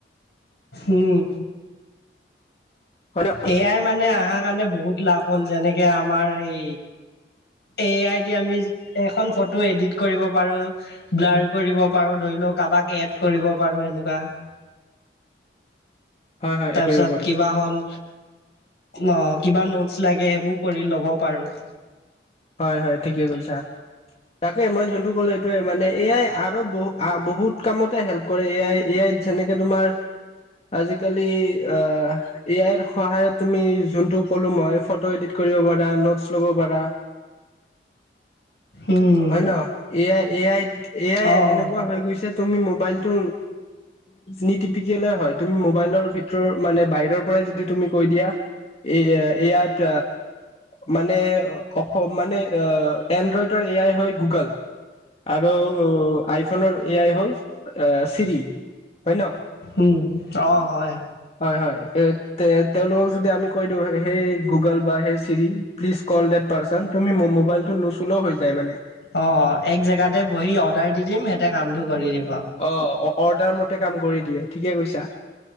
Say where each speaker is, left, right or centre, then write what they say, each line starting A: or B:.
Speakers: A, on the left; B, on the left.
A: উম,
B: হয় ন
A: এ আই মানে অহাৰ কাৰণে বহুত লাভ হ'ল যেনেকে আমাৰ হেই এ আই দি আমি এখন ফটো এডিট কৰিব পাৰো। ব্লাৰ কৰিব পাৰো ধৰি লওঁক কাৰোবাক এড কৰিব পাৰো এনেকুৱা।
B: হয় হয়
A: তাৰপিছত
B: কৰিব পাৰো
A: কিবা হ'ল অ' কিবা নোটচ লাগে সেইবোৰ কৰি ল'ব পাৰো।
B: হয়, হয়, ঠিকে কৈছা। তাকে মই যোনটো ক'লো এইটোৱে মানে এ আই আৰু বহু বহুত কামতে হেল্প কৰে এ আই এ আই যেনেকে তোমাৰ আজিকালি আহ এ আইৰ সহায়ত তুমি যোনটো ক'লো মই ফটো এডিট কৰিব পাৰা নোটচ ল'ব পাৰা।
A: উম
B: হয় নহয় A I A I A I
A: অ
B: এনেকুৱা
A: অ
B: হৈ গৈছে তুমি মোবাইলটো নিতিপিকিলেও হয় তুমি মোবাইলৰ ভিতৰ মানে বাহিৰৰ পৰাই যদি তুমি কৈ দিয়া। এ আইত মানে অসম মানে এণ্ড্ৰইডৰ এ এই হয় গুগল আৰু আই ফোনৰ ৰ এ আই হ'ল চিৰি হয় ন?
A: উম অ হয়
B: হয়, হয়, তেওঁলোকক যদি আমি কৈ দিওঁ হেই গুগল বা hey Siri please call that person. তুমি মোবাইলটো নোচুলেও হৈ যায় মানে।
A: অ', এক জেগাতে বহি অৰ্ডাৰ দি দিম সিহঁতে কামটো কৰি দিব।
B: অ', অৰ্ডাৰ মতে কাম কৰি দিয়ে ঠিকে কৈছা।